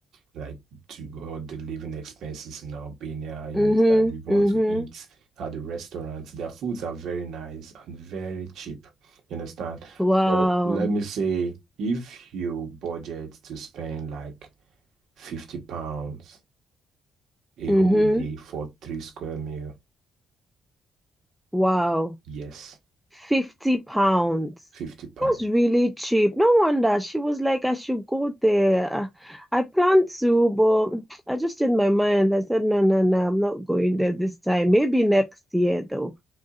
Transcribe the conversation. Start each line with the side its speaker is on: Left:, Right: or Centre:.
Right: like to all the living expenses in Albania. You
Centre: Mm-hmm,
Right: understand? If you want
Centre: mm-hmm.
Right: to eat at the restaurants, their foods are very nice and very cheap. You understand?
Centre: Wow.
Right: But let me say, if you budget to spend like 50 pounds a
Centre: Mm-hmm.
Right: whole day for three square meal,
Centre: Wow.
Right: yes,
Centre: 50 pounds.
Right: 50 pounds.
Centre: That's really cheap. No wonder she was like, I should go there. Uh, I planned to, but <tsk> I just changed my mind. I said, no, no, no, I'm not going there this time. Maybe next year, though.